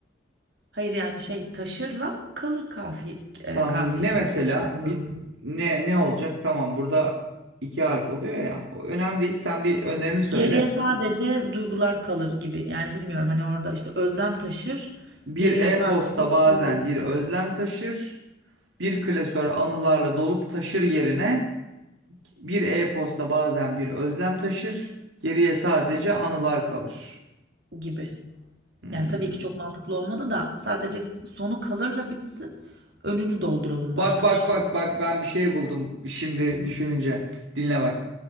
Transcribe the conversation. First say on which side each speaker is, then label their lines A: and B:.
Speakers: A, on the right; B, on the right.
A: Hayır yani şey taşırla kalır kafiye, e,
B: Tamam
A: kafiyeli
B: ne mesela
A: olacak işte bu
B: bir
A: durum.
B: ne ne olacak? Tamam burada iki harf oluyor ya. O önemli değil. Sen bir önerini söyle.
A: Geriye sadece duygular kalır gibi. Yani bilmiyorum hani orada işte özlem taşır,
B: Bir
A: geriye
B: e-posta
A: sadece
B: bazen
A: duygular
B: bir özlem
A: kalır.
B: taşır, bir klasör anılarla dolup taşır yerine bir e-posta bazen bir özlem taşır, geriye sadece anılar kalır.
A: Gibi.
B: Hmm.
A: Yani, tabii ki çok mantıklı olmadı da sadece sonu kalırla bitsin, önünü dolduralım
B: Bak
A: başka
B: bak
A: bir şeyle.
B: bak bak ben bir şey buldum şimdi düşününce. Dinle bak.